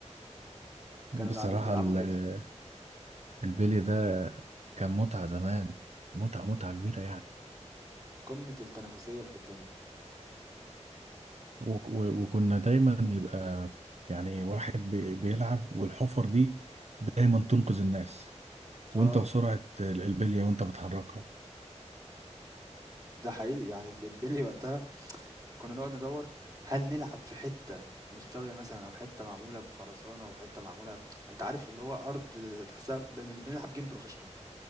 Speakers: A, on the right; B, on the right.
A: بصراحة
B: كانوا قاعدين بيلعبوا
A: ال-
B: بِلي،
A: البلي ده كان متعة زمان متعة متعة كبيرة يعني
B: قمة التنافسية اللي في الدنيا،
A: وك- و- وكنا دايما يبقى يعني واحد بي- بيلعب والحفر دي دايما تنقذ الناس وانت
B: آه،
A: وسرعة ال- البلية وانت بتحركها
B: ده حقيقي يعني ال البِلي وقتها كنا نقعد ندوّر هل نلعب في حتّة مستوية مثلًا أو حتّة معمولة بخرسانة وحتّة معمولة ب- أنت عارف اللي هو أرض تحسّها بن بنلعب game professional كده،